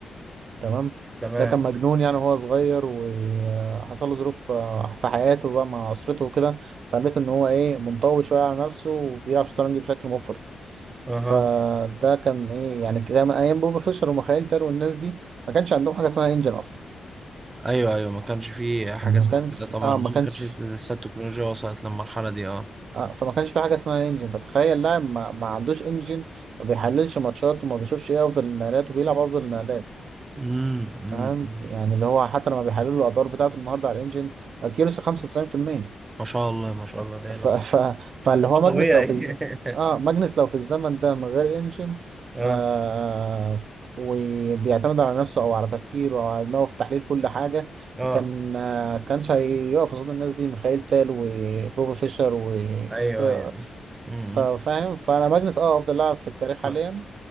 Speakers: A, on the right (about 65°); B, on the right (about 25°).
A: تمام
B: تمام
A: ده كان مجنون يعني وهو صغير وحصل له ظروف آه، في حياته بقى مع اسرته وكده خلته ان هو ايه منطوي شويه على نفسه وبيلعب شطرنج بشكل مفرط
B: اها
A: فده كان ايه يعني كان ايام بوبي فيشر وميخائيل تال والناس دي ما كانش عندهم حاجه اسمها انجن اصلا
B: ايوه ايوه ما كانش فيه حاجه
A: يعني
B: اسمها
A: ما كانش
B: كده طبعا
A: اه
B: اه
A: ما
B: ما
A: كانش
B: كانش لسه التكنولوجيا وصلت للمرحله دي اه
A: آه، فما كانش في حاجه اسمها انجن فتخيل لاعب ما, ما عندوش انجن ما بيحللش ماتشات وما بيشوفش ايه افضل النقلات وبيلعب افضل النقلات
B: امم أمم،
A: فاهم
B: أمم.
A: يعني اللي هو حتى لما بيحللوا الادوار بتاعته النهارده على الانجن كيروس 95%
B: ما شاء الله ما شاء الله ده
A: ف...
B: إله.
A: ف... فاللي هو
B: مش طبيعي
A: ماجنس لو في الز...
B: <laughs>
A: اه ماجنس لو في الزمن ده من غير انجن
B: اه
A: آه وبيعتمد على نفسه او على تفكيره او على دماغه في تحليل كل حاجه
B: اه
A: كان آه كانش هيقف قصاد الناس دي ميخائيل تال وبوبا فيشر و
B: ايوه
A: آه،
B: ايوه أيوة. امم
A: ف- فاهم فانا ماجنس اه افضل لاعب في التاريخ حاليا
B: طيب.